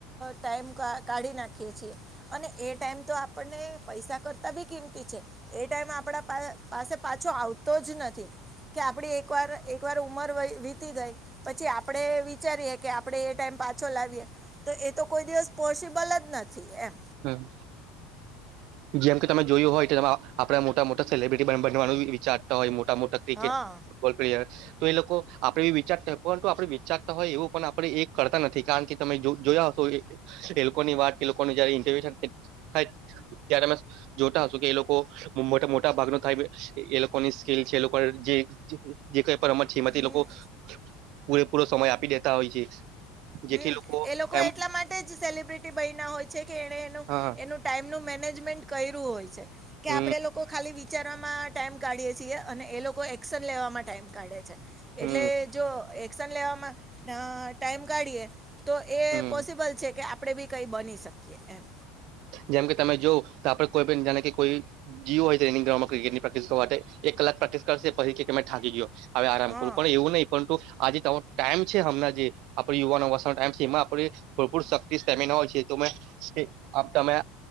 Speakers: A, on the right; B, on the right.
A: ટાઈમ કાઢી નાખીએ છીએ અને એ ટાઈમ તો આપણને પૈસા કરતા બી કિંમતી છે એ ટાઈમ આપડા પાસે પાછો આવતો જ નથી કે આપડી એક વાર એક વાર ઉમર વીતી ગઈ પછી આપડે વિચારીએે કે આપડે એ ટાઈમ પાછો લાવીએ તો એ તો કોઈ દિવસ પોસિબલ જ નથી એમ.
B: હમ. જેમ કે તમે જોયું હોય તો આપણે મોટા મોટા સેલિબ્રિટી બનવાનું વિચારતા હોય મોટા મોટા ક્રિકેટ
A: હા
B: ફુટબલ પ્લેયર તો એ લોકો આપડે બી વિચારતા હોય પરંતુ આપડણે વિચારતા હોય એવું પણ આપણે એક કરતા નથી કારણ કે તમે જોયા હશો એ લોકોની વાત કે લોકોની જારે ઇન્ટરવ્યુ થાય ત્યારે અમે જોતા હશો કે એ લોકો <unintelligible> મોટા ભાગનો થાય એ લોકોની સ્કિલ છે એ લોકો જે જે કઈ પણ રમત છે એમાં
A: હમ
B: તે લોકો પુરેપુરો સમય આપી દેતા હોય છે જેથી
A: હમ એ લોકો
B: એમ
A: એટલા મા ટેજ સેલિબ્રિટી બાયના હોય છે કે એને એનું
B: હા
A: એનું ટાઈમનું મેનેજમેન્ટ કર્યું હોય છે. કે
B: હમ
A: આપડે લોકો ખાલી વિચારવામાં ટાઈમ કાઢીએ છીએ અને એ લોકો એક્શન લેવામાં ટાઈમ કાઢે છે
B: હમ
A: એટલે જો એ એકશન લેવામાં ટાઈમ કાઢીએ તો એ
B: હમ
A: પોસબલ છે કે આ પડે બી કંઈ બની શકીએ એમ.
B: જેમ કે તમે જોવ તો આપડે કોઈ પણ જાણે કે કોઈ જીવ હોય ગ્રાઉન્ડમાં પ્રેક્ટિસ તો કરશે એક કલાક પ્રેક્ટિસ કર પછ તમે થાકી ગયો. હવે આરામ
A: હા
B: કરું પણ એવું નહી પરંતુ આજે તમારો ટાઈમ છે હમણા જે આપડે યુવાનો વરસાનો ટાઈમ છે એમાં આપડે ભરપૂર શક્તિ સ્ટેમિના હોય છે તો મેં આપ તમે